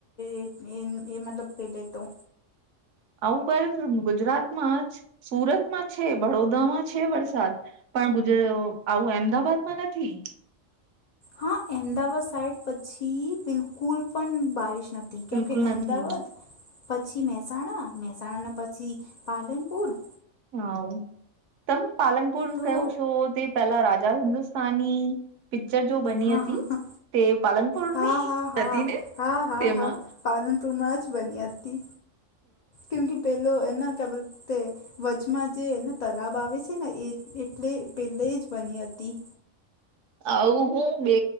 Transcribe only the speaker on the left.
એ એ મતલબ પેલે તો
હા અમદાવાદ સાઈડ પછી બિલકુલ પણ બારિશ નથી. કેમ
કે અમદાવાદ
પછી મહેસાણા મહેસાણાના પછી પાલનપુર
તો
હા
હા હા હા હા
હા હા
હા પાલનપુરમાં જ બની્યા હતી કેકી પેલો એના ક્યા બોલતે વચમાં જે એનો તલાબ આવે છે ને એ એટલે પેલે જ બની હતી.